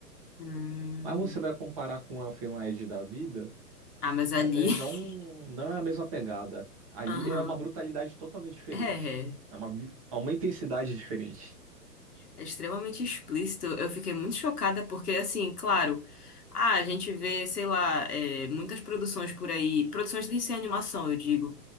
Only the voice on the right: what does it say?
Mas você vai comparar com o Elfen Lied da vida,
é, é, não,
não é a mesma pegada. Ali
é uma brutalidade totalmente diferente.
É uma, vi- é uma intensidade diferente.